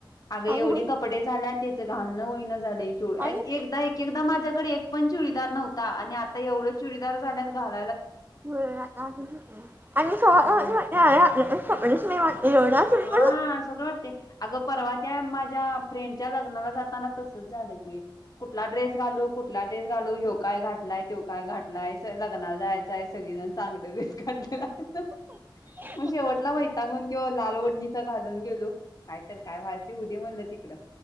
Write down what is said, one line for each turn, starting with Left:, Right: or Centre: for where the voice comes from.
Left: अग एवढी
Right: होईल
Left: कपडे झाल्या त्याचं घाण होईन झालं <unintelligible>
Right: आणि
Left: एकदा एकेक दा माझ्याकडे एक पण चुडीदार नव्हता आणि आता एवढं चुडी <unintelligible> घाल
Right: <unintelligible>
Left: मग
Right: <unintelligible>
Left: हा साधा वाटते. अगं परवा त्या माझ्या फ्रेंडच्या लग्नाला जाताना तसच झालं की. कुठला ड्रेस घालू कुठला ड्रेस घालू होय घातलाय तो काय घालाय. लग्नाला जायचं आहे सगळीजण चांगलं ड्रेस काढले <unintelligible>
Right: <inaudible>
Left: मग शेवटला वैतागून तो लाल ओढणीचा घालून गेलो काय कर काय व्हाचय ते होऊदे म्हणलं तिकडं